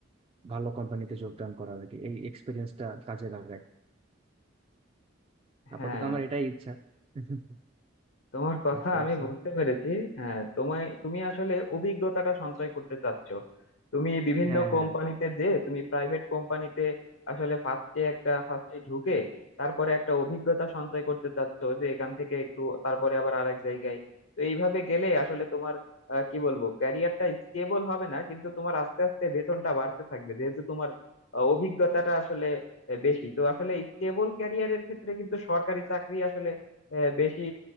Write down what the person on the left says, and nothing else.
হ্যাঁ
তোমার কথা
আমি বুঝতে পেরেছি হ্যাঁ তোমায় তুমি আসলে অভিজ্ঞতাটা সঞ্চয় করতে চাচ্ছ তুমি বিভিন্ন
কোম্পানিতে
যে তুমি প্রাইভেট কোম্পানিতে আসলে ফার্স্টে একটা ফার্স্টে ঢুকে তারপরে একটা অভিজ্ঞতা সঞ্চয় করতে চাচ্ছ যে এখান থেকে একটু তারপরে আবার আরেক জায়গায় তো এইভাবে গেলে আসলে তোমার আহ, কি বলবো ক্যারিয়ারটা স্টেবল হবে না কিন্তু তোমার আস্তে আস্তে বেতনটা বাড়তে থাকবে যেহেতু তোমার আহ, অভিজ্ঞতাটা আসলে আহ, বেশি তো আসলে স্টেবল ক্যারিয়ারের ক্ষেত্রে কিন্তু সরকারি চাকরি আসলে আহ, বেশি